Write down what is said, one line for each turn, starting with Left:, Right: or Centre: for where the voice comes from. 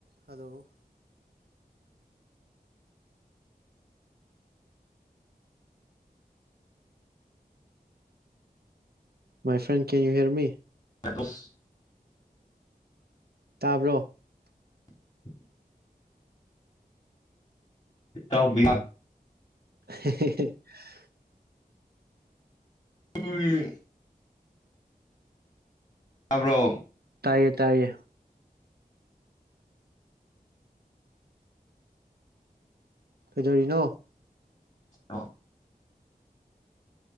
Right: hello my friend can you hear me
Left: ꯀ ꯇꯁ
Right: ꯇꯥꯕ꯭ꯔꯣ
Left: <unintelligible> ꯏꯠꯇꯎꯕꯤꯌꯥ
Right: <unintelligible>
Left: ꯎ ꯇꯥꯕ꯭ꯔꯣ
Right: ꯇꯥꯏꯌꯦ ꯇꯥꯏꯌꯦ ꯀꯩꯗꯔꯤ ꯅ
Left: ꯑꯥ